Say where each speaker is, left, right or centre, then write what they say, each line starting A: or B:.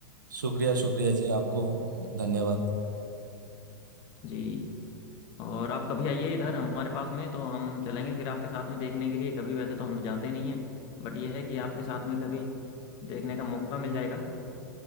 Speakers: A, on the right; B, on the left.
A: शुक्रिया शुक्रिया जी आपको धन्यवाद
B: जी और आप कभी आइए इधर हमारे पास में तो हम चलेंगे फिर आपके साथ में देखने के लिए कभी वैसे तो हम तो जाते नहीं हैं बट यह है कि आपके साथ में कभी देखने का मौका मिल जाएगा